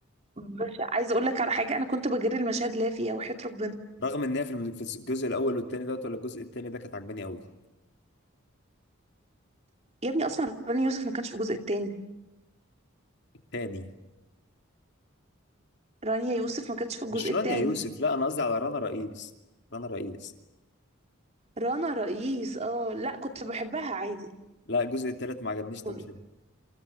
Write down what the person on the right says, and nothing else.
بس عايزة اقول لك على حاجة انا كنت بجري المشاهد اللي هي فيها وحياة ربنا
يا ابني اصلا رانيا يوسف ما كانش في الجزء الثاني
رانيا يوسف ما كانتش في الجزء
التاني
رنا رئيس اه لا كنت بحبها عادي
كنت